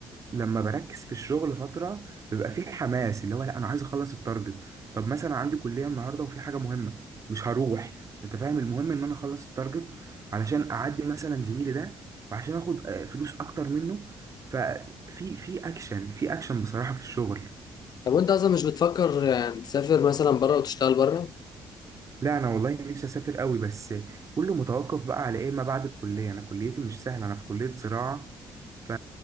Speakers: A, on the right; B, on the left.
A: لما بركز في الشغل فتره بيبقى فيه حماس اللي هو لا انا عايز اخلص التارجت طب مثلا عندي كليه النهارده وفي حاجه مهمه مش هروح انت فاهم المهم ان انا اخلص التارجت علشان اعدي مثلا زميلي ده وعشان اخد آه، فلوس اكتر منه ففي في اكشن في اكشن بصراحة في الشغل
B: طب وانت اصلا مش بتفكر يعني تسافر مثلا بره وتشتغل بره؟
A: لا انا والله نفسي اسافر قوي بس كله متوقف بقى على ايه ما بعد الكليه انا كليتي مش سهله انا في كليه زراعه ف...